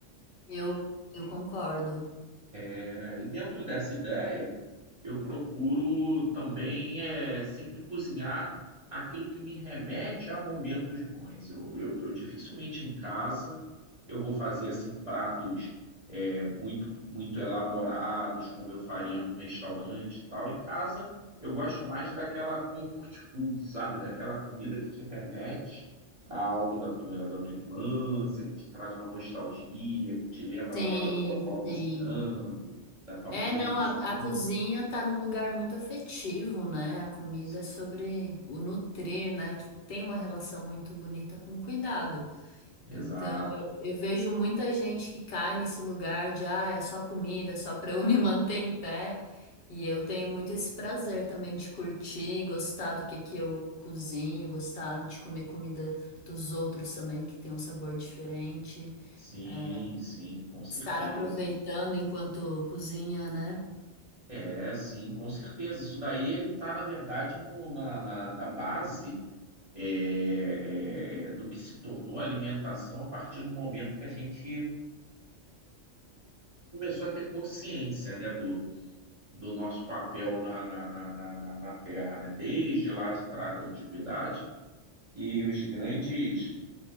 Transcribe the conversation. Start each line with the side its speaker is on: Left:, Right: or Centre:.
Left: Eu, eu concordo.
Right: É, e dentro dessa ideia, eu procuro também é, sempre cozinhar aquilo que me remete a momentos bons. Eu, eu, eu dificilmente em casa eu vou fazer assim pratos é, muito, muito elaborados, como eu faria num restaurante e tal. Em casa, eu gosto mais daquela comfort food, sabe? Daquela comida que te remete a algo da tua, da tua infância, que te traz uma nostalgia, que te lembra
Left: Sim,
Right: lá da tua avó cozinhando,
Left: sim.
Right: da tua
Left: É,
Right: mãe
Left: não,
Right: cozinhando.
Left: a, a cozinha tá num lugar muito afetivo, né? A comida
Right: Sim,
Left: é sobre o nutrir, né? Que tem uma relação muito bonita com cuidado.
Right: exato.
Left: Então, eu, eu vejo muita gente que cai nesse lugar de, ah, é só comida, só pra eu <laughs> me manter em pé. E eu tenho muito esse prazer também de curtir, gostar do que que eu cozinho, gostar de comer comida dos outros também, que tem um sabor diferente.
Right: Sim,
Left: É,
Right: sim, com certeza.
Left: estar aproveitando enquanto cozinha, né?
Right: É, sim, com certeza. Isso daí ele está, na verdade, no- na, na, na base é, é, é, do que se tornou a alimentação a partir do momento que a gente começou a ter consciência, né, do, do nosso papel na, na, na, na, na na Terra, né? Desde lá de trás da antiguidade, que os grandes